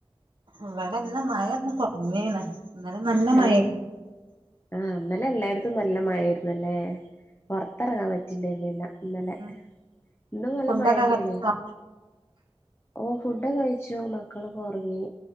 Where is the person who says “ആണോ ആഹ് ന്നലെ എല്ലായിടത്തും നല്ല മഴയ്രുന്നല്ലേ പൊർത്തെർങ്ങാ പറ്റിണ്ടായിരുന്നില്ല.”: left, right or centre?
Left